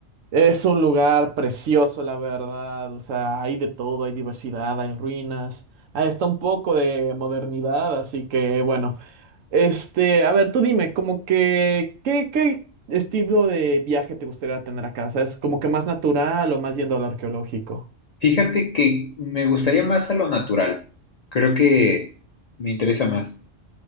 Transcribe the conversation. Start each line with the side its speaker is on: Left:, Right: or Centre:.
Right: es un lugar precioso, la verdad. O sea, hay de todo, hay diversidad, hay ruinas. Ahí está un poco de modernidad, así que bueno. Este, a ver, tú dime, como que, ¿qué, qué estilo de viaje te gustaría tener acá? Es Como que más natural o más yendo al arqueológico.
Left: Fíjate que me gustaría más a lo natural. Creo que me interesa más.